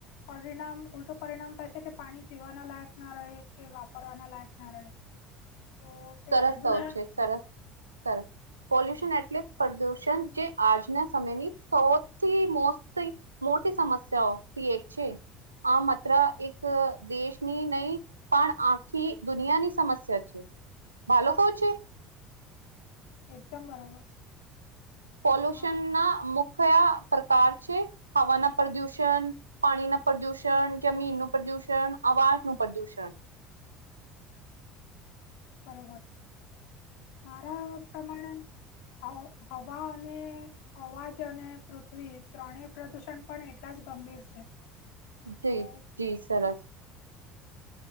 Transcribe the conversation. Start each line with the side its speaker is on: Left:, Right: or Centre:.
Left: પરિણામ ઉલટું પરિણામ થશે કે પાણી પીવાના લાયક ના રહે કે વાપરવાના લાયક ના રહે તો તે
Right: સરસત
Left: પ્રદૂષણ
Right: <unintelligible> છે, સરસ, સરસ પોલ્યુશન એટલે પ્રદૂષણ જે આજના સમયની સૌથી મોસ્ત મોટી સમસ્યાઓથી એક છે, આ માત્ર એક દેશની નહીં પણ આખી દુનિયાની સમસ્યા છે. બાલોકો છે
Left: એકદમ બરોબર છે.
Right: પોલ્યુશનના
Left: હા
Right: મુખ્ય પ્રકાર છે હવાના પ્રદૂષણ પાણીના પ્રદુષણ, જમીનનું પ્રદુષણ, આવાજનું પ્રદુષણ.
Left: બરોબર મારા પ્રમાણે હ હવા અને અવાજ અને પૃથ્વી ત્રણેય પ્રદૂષણ પણ એટલા જ ગંભીર છે.
Right: જી
Left: તો
Right: જી સરસ.
Left: ત-